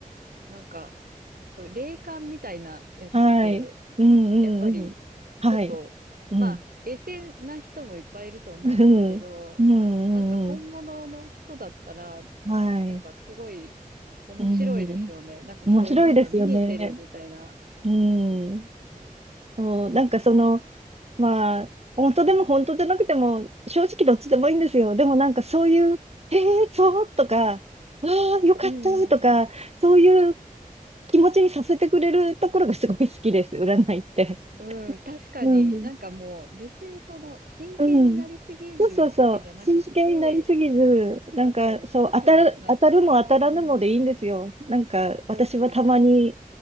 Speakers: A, on the right; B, on the right.
A: なんか、そう霊感みたいなやつって、
B: はい。うんうんうん。
A: やっぱり、
B: はい。
A: ちょっと、
B: うん。
A: まあ、エセな人もいっぱいいると思うんですけど、
B: うん。うんうんうん。
A: なんか本物の人だったら、
B: はい。
A: なんかすごい面白いですよね。
B: うん。
A: なんかそういうなんか見えてるみたいな。
B: 面白いですよね。うん。
A: うん
B: そう、なんかその、まあ、本当でも本当じゃなくても、正直どっちでもいいんですよ。でもなんかそういう、えー、そうとか、わあ、よかったとか、
A: うんうん
B: そういう気持ちにさせてくれるところがすごい好きです、占いって。
A: うん。うん、確かになんかもう別にその真剣になりすぎるわけじゃなくって、
B: うん。うん。そうそうそう。真剣になりすぎず、なんかそう、
A: そうそう、一つのなんか、
B: 当たる、当たるも当たらぬもでいいんですよ。
A: うんうんうん、
B: なんか私はたまに
A: そうそう、そ、